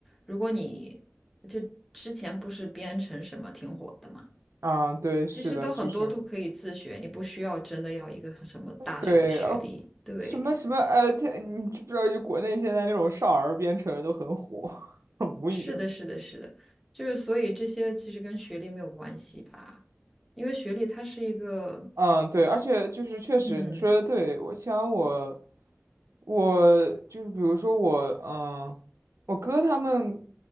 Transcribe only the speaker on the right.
啊，对，是的，
就是
对哦，
什么什么呃，他你知不知道就国内现在那种少儿编程都很火，<laughs> 无语了。
嗯，对，而且就是确实你说的对，
我想我我就是比如说我嗯，我哥他们